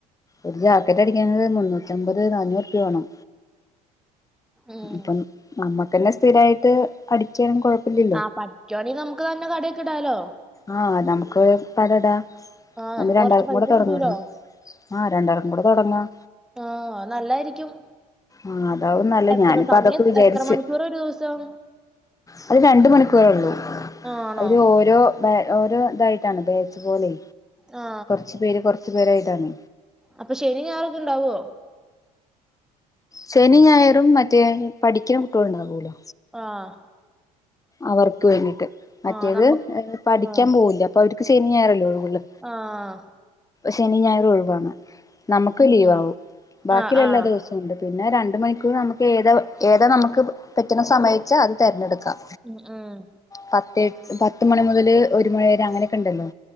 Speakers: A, on the left; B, in the centre.
A: ഒരു ജാക്കറ്റ്അടിക്കാന്ള്ളത് മുന്നൂറ്റമ്പത് നാനൂറ് റുപ്യവേണം.
B: ഉം.
A: അപ്പം നമ്മുക്കുതന്നെ സ്ഥിരായിട്ട് അടിക്കാൻ കുഴപ്പില്ല
B: ആ പറ്റുവാണെല് നമുക്ക് തന്നെ കടയൊക്കെ ഇടാലോ?
A: ആ നമുക്ക് കട ഇടാം.
B: ആഹ് നമുക്ക്
A: എന്നാ രണ്ടാൾക്കും
B: കൊറച്ച് പൈസ
A: കൂടെ തുടങ്ങാംട്ടോ
B: കിട്ടൂലോ.
A: ആ രണ്ടാൾക്കു കൂടെ തുടങ്ങാം
B: ആഹ് നല്ലായിരിക്കും.
A: ആഹ് അതാവും നല്ലത്
B: എത്ര
A: ഞാനിപ്പോ
B: സമയം
A: അതൊക്കെ വിചാരിച്ച്
B: എത്ര മണിക്കൂർ ഒരൂസം?
A: അത് രണ്ട് മണിക്കൂറേ ഉള്ളൂ
B: ആണോ?
A: അതില് ഓരോ ബാ ഓരോ ഇതായിട്ടാണ് ബാച്ച് പോലെ.
B: ആ
A: കുറച്ച് പേര് കുറച്ചു പേരായിട്ടാണ്
B: അപ്പം ശനി ഞായറ ഉണ്ടാവോ
A: ശനി ഞായറും മറ്റേ പഠിക്ക്‌ണ കുട്ട്യോള് ഉണ്ടാവൂലോ
B: ആഹ്
A: അവർക്ക് വേണ്ടിട്ട് മറ്റേത്
B: ആഹ് നമ്മ
A: പഠിക്കാൻ
B: ആഹ്
A: പോവില്ല അപ്പൊ അവർക്ക് ശനി ഞയറല്ലോ ഒഴിവ്ള്ളേ
B: ആഹ്
A: ശനി ഞായറ് ഒഴിവാണ് നമ്മക്ക്
B: ഉം
A: ലീവ
B: ഉം
A: ആവും ബാക്കിള്ള
B: ആഹ് ആഹ്
A: എല്ലാ ദിവസ ണ്ട് പിന്നെ രണ്ട് മണിക്കൂർ നമ്മക്ക് ഏതാ ഏതാ നമ്മക്ക് പറ്റുന്ന സമയച്ച അത് തിരഞ്ഞെടുക്കാം
B: ഉം ഉം
A: പത്തേ പത്ത് മണി മുതല് ഒരു മണിവരെ അങ്ങനെയൊക്കെ ഇണ്ടല്ലോ